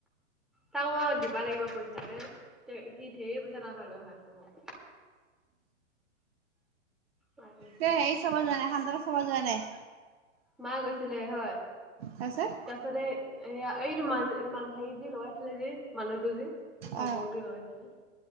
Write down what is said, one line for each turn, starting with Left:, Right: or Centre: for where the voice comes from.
Centre: তাক মই দিবা লাগিব পইচা নে তে সি ঢেৰ পইচা তাৰ পৰা লৈ আহা আছো অ মায়ে কৈছে।
Right: তে হেৰি চাব যোৱা নাই সানদা চাব যোৱা নাই
Centre: মা গৈছিলে হয়
Right: তাৰপিছত
Centre: তাৰপিছতে এইয়া এইটো মানুহ হেৰি যি লগাইছিলে যেি মানুহটো যি ভৱক
Right: অ
Centre: যি লগাইছিলে